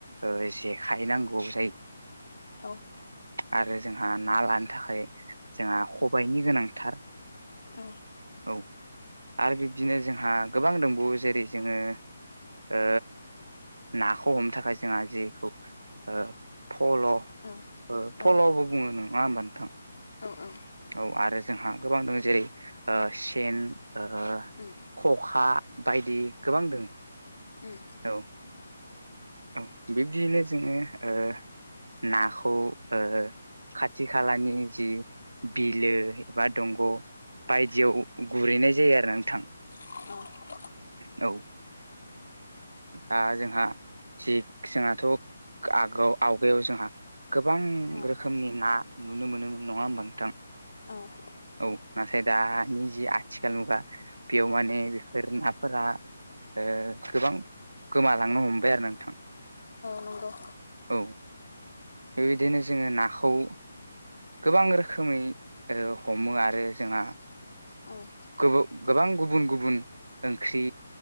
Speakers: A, on the right; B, on the left.
A: ओ जेखाइ नांगौआव जायो
B: औ।
A: आरो जोंहा ना लानो थाखाय जोंहा खबायाइनि गोनांथार।
B: औ।
A: औ आरो बिब्दिनो जोंहा गोबां दंबावो जेरै जोङो ओ नाखौ हम थाखाय जोंहा जेखौ ओ फल' ओ
B: औ
A: फल'बो
B: औ
A: बुङो नङा होमबा नोंथां?
B: औ औ।
A: औ आरो जोंहा गोबां दं जेरै ओ सेन ओ
B: उम औ
A: खखा बायदि गोबां दोङो
B: उम।
A: औ। औ बिब्दियैनो जोङो ओ नाखौ ओ खा थि खालानि जि बिलो एबा दंग' बायदियाव गुरैनाय जायो आरो ना नोंथां।
B: <unintelligible>
A: औ। दा जोंहा जि जोंहाथ' आगोआव आवगायाव जोंहा गोबां
B: औ
A: रोखोमनि ना नुनो मोनोमोन नङा होनबा नोंथां?
B: औ
A: औ नाथाय दा जि‌ आथिखाल मुगा बेयाव माने बेफोर नाफोरा ओ गोबां गोमालांनो हमबाय आरो नोंथां
B: नंगौ
A: औ। बेबायदिनो जोङो नाखौ गोबां रोखोमै हमो आरो जोंहा।
B: औ
A: गुबु गोहबां गुबुन गुबुन ओंख्रि